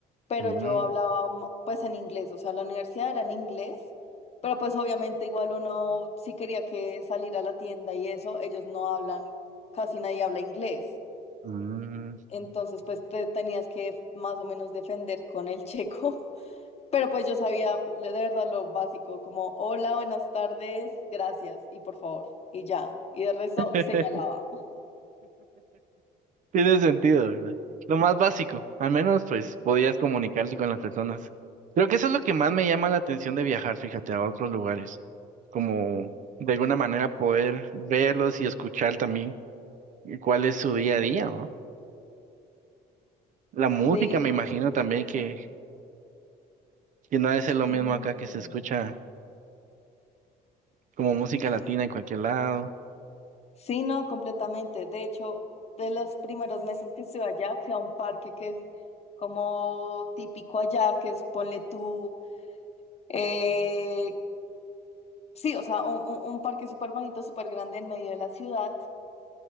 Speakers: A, on the left (about 40°); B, on the right (about 50°).
A: pero
B: Mm,
A: yo hablaba mm, pues en inglés. O sea, la universidad era en inglés, pero pues obviamente igual uno sí quería que salir a la tienda y eso, ellos no hablan, casi nadie habla inglés.
B: mm.
A: Entonces pues te tenías que más o menos defender con el checo. <laughs> Pero pues yo sabía de verdad lo básico, como hola, buenas tardes, gracias y por favor, y ya. Y de resto
B: <laughs>
A: señalaba.
B: Tiene sentido, ¿verdad? Lo más básico, al menos pues podías comunicarte con las personas. Creo que eso es lo que
A: Sí.
B: más me llama la atención de viajar, fíjate, a otros lugares, como de alguna manera poder verlos y escuchar también cuál es su día a día, ¿no? La música,
A: Sí,
B: me
A: no,
B: imagino
A: es súper
B: también
A: interesante.
B: que, que no ha de ser
A: Sí.
B: lo mismo acá que se escucha como música
A: Sí.
B: latina en cualquier lado.
A: Sí, no, completamente. De hecho, de los primeros meses que estuve allá, fui a un parque que es como típico allá, que es ponle tú, eh, sí, o sea, un, un- un parque súper bonito, súper grande en medio de la ciudad.